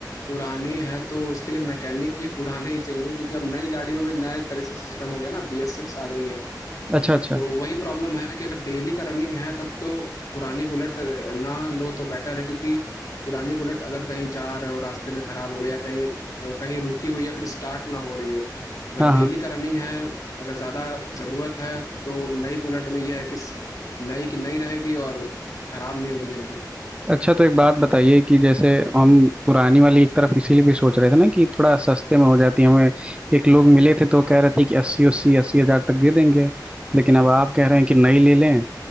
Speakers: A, on the left; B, on the right.
A: पुरानी है तो उसके लिए मैकेनिक भी पुराने ही चाहिए क्योंकि अब नई गाड़ियों में नए तरह से सिस्टम हो गया ना बी एस सिक्स आ गई है
B: अच्छा अच्छा
A: तो वही प्रॉब्लम है कि अगर डेली का रनिंग है तब तो पुरानी बुलेट अ, ना लो तो बेटर है क्योंकि पुरानी बुलेट अगर कहीं जा रहे हो रास्ते में खराब हो गई या कहीं अ, कहीं रुकी हुई है फिर स्टार्ट ना हो रही हो अगर
B: हाँ हाँ
A: डेली का रनिंग है अगर ज़्यादा ज़रूरत है तो नई बुलेट में यह है कि स- नई की नई रहेगी और खराब नहीं होगी जल्दी
B: अच्छा तो एक बात बताइए कि जैसे हम पुरानी वाली एक तरफ इसीलिए भी सोच रहे थे ना कि थोड़ा सस्ते में हो जाती है हमें एक लोग मिले थे तो कह रहे थे कि अस्सी अस्सी अस्सी हजार तक दे देंगे लेकिन अब आप कह रहे हैं कि नई ले लें